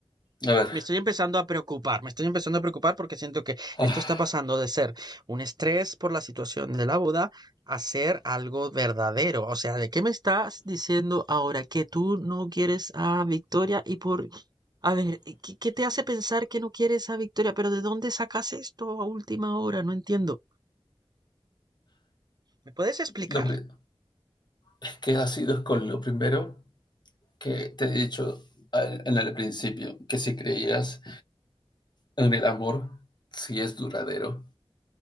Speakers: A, on the left; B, on the right.
A: A ver,
B: Me estoy empezando a preocupar, me estoy empezando a preocupar porque siento que
A: ah,
B: esto está pasando de ser un estrés por la situación de la boda a ser algo verdadero. O sea, ¿de qué me estás diciendo ahora? ¿Que tú no quieres a Victoria? ¿Y por... A ver, ¿y ¿qué, qué te hace pensar que no quieres a Victoria? ¿Pero de dónde sacas esto a última hora? No entiendo. ¿Me puedes explicar?
A: lo pri- es que ha sido con lo primero que te he dicho al- en el principio, que si creías en el amor, si es duradero,